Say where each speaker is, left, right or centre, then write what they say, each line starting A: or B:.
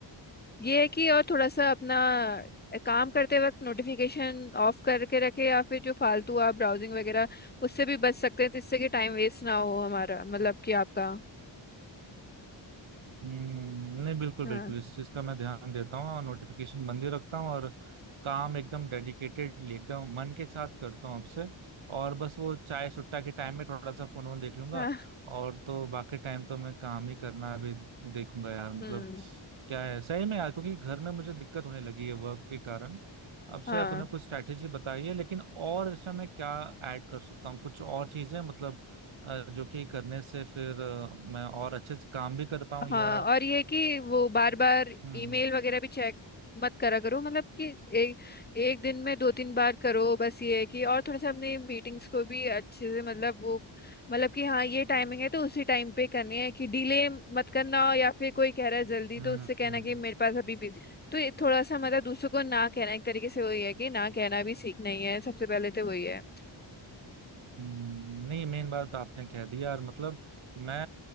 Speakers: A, on the left; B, on the right.
A: ये है कि और थोड़ा सा अपना काम करते वक्त नोटिफिकेशन ऑफ करके रखे या फिर जो फालतू आप ब्राउजिंग वगैरह उससे भी बच सकते हैं जिससे कि टाइम वेस्ट ना हो हमारा मतलब कि आपका
B: हम्म नहीं बिल्कुल
A: हाँ
B: बिल्कुल इस चीज का मैं ध्यान देता हूँ और नोटिफिकेशन बंद ही रखता हूँ और काम एकदम डेडिकेटेडली एकदम मन के साथ करता हूँ आपसे और बस वो चाय सुट्टा के टाइम में थोड़ा सा फोन वोन देख लूंगा
A: हाँ
B: और तो बाकी टाइम तो मैं काम ही करना अभी देखूंगा यार मतलब
A: हम्म
B: क्या है सही में यार क्योंकि घर में मुझे दिक्कत होने लगी है वर्क के कारण अब से
A: हाँ
B: यार तूने कुछ स्ट्रैटेजी बताई है लेकिन और इसमें मैं क्या ऐड कर सकता हूँ कुछ और चीजें मतलब अ, जो कि करने से फिर अ, मैं और अच्छे से काम भी कर पाऊं या
A: हाँ
B: अ,
A: और ये कि वो बार बार
B: हम्म
A: ईमेल वगैरह भी चेक मत करा करो मतलब कि एक एक दिन में दो तीन बार करो बस ये है कि और थोड़ा सा अपने मीटिंग्स को भी अच्छे से मतलब वो मतलब कि हाँ ये टाइमिंग है तो उसी टाइम पे करनी है कि डिले मत करना हो या फिर कोई कह रहा है जल्दी
B: हम्म
A: तो उससे कहना
B: हम्म,
A: कि मेरे पास अभी भी तो ये थोड़ा सा मतलब दूसरों को ना कहना एक तरीके से वही है कि ना कहना भी सीखना ही है सबसे पहले तो वही है
B: हम्म, नहीं मेन बात आपने कह दी यार मतलब मैं